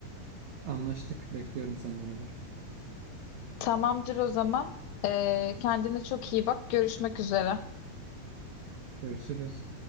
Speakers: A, on the right (about 65°); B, on the left (about 85°).
A: Anlaştık. Bekliyorum senden haber.
B: Tamamdır o zaman. Ee, kendine çok iyi bak. Görüşmek üzere.
A: Görüşürüz.